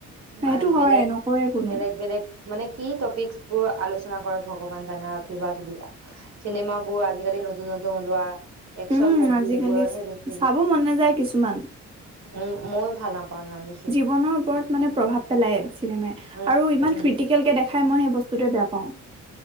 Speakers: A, on the right (about 20°); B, on the right (about 55°).
A: সেইটো
B: অ
A: হয়
B: বেলেগ,
A: নকৰে কোনো।
B: বেলেগ বেলেগ মানে কি টপিকচ্ বোৰ আলোচনা কৰে ভগৱান জানে আৰু কিবা কিবি। চিনেমাবোৰ আজিকালি নতুন নতুন ওলোৱা একচন
A: উম,
B: মুভি
A: আজিকালি
B: এইবোৰহে
A: চ-
B: ব
A: চাব মন নাযায় কিছুমান
B: উম, ময়ো ভাল নাপাওঁ ইমান বিশেষ।
A: জীৱনৰ ওপৰত মানে প্ৰভাৱ পেলায় চিনেমা
B: উম,
A: আৰু ইমান
B: উম,
A: ক্ৰিটিকেল কে দেখা খাই মই সেই বস্তুটোৱে বেয়া পাওঁ